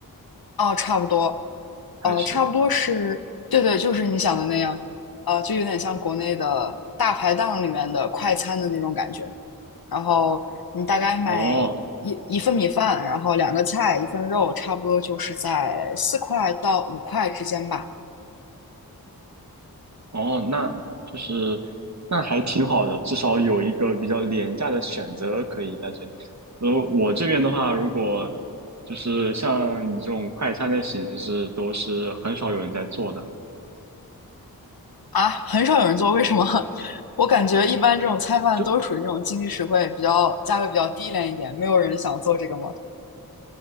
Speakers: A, on the left; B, on the right.
A: 哦，差不多，
B: 还是
A: 呃，差不多是，对对，就是你想的那样，呃，就有点像国内的大排档里面的快餐的那种感觉。然后你大概买一一份米饭，
B: 哦
A: 然后两个菜，一份肉，差不多就是在四块到五块之间吧。
B: 哦，那就是那还挺好的，至少有一个比较廉价的选择可以在这里。然后我这边的话，如果就是像你这种快餐的形式，都是很少有人在做的。
A: 啊，很少有人做，为什么？<laughs> 我感觉一般这种菜饭都是属于那种经济实惠、
B: 就
A: 比较价格比较低廉一点，没有人想做这个吗？